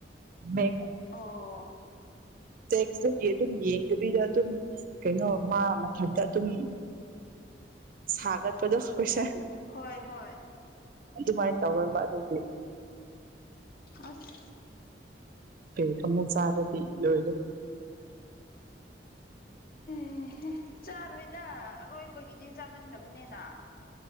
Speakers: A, on the right (about 50°); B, on the left (about 55°).
A: ꯃꯦꯛ
B: ꯑꯣ
A: ꯇꯦꯛꯁꯇꯒꯤ ꯑꯗꯨꯝ ꯌꯦꯡꯗꯕꯤꯗ ꯑꯗꯨꯝ ꯀꯩꯅꯣ ꯃꯥ ꯃꯊꯟꯛꯇ ꯑꯗꯨꯝ ꯁꯥꯒꯠꯄꯗꯣ ꯍꯁ
B: ꯍꯣꯏ ꯍꯣꯏ
A: ꯑꯗꯨꯃꯥꯏꯅ ꯇꯧꯔꯝꯕ ꯑꯗꯨꯗꯤ
B: ꯑꯁ
A: ꯦ ꯀ ꯃꯨ ꯆꯥꯗꯗꯤ ꯌ
B: ꯎꯝ ꯆꯥꯔꯣꯏꯗ ꯑꯔꯣꯏꯕꯒꯤꯗꯤ ꯆꯥꯒꯟꯗꯕꯅꯤꯅ